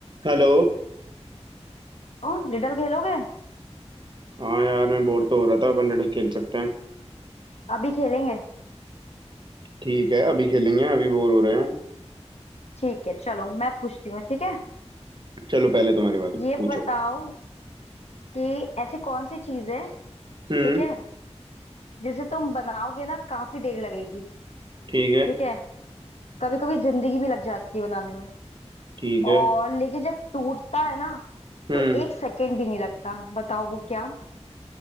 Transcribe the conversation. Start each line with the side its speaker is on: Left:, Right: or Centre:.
Right: हेलो
Left: ओ riddle खेलोगे
Right: हाँ यार मैं बोर तो हो रहा था अपन रिडल खेल सकते हैं
Left: अभी खेलेंगे
Right: ठीक है अभी खेलेंगे अभी बोर हो रहे हैं
Left: ठीक है चलो मैं पूछती हूँ ठीक है
Right: चलो पहले तुम्हारी बारी
Left: ये
Right: पूछो
Left: बताओ कि ऐसी कौन सी चीज है
Right: हम्म
Left: ठीक है जिसे तुम बनाओगे ना काफी देर लगेगी
Right: ठीक है
Left: ठीक है कभी कभी जिंदगी भी लग जाती है बनाने में
Right: ठीक है
Left: और लेकिन जब टूटता है ना
Right: हम्म
Left: तो एक सेकंड भी नहीं लगता बताओ वो क्या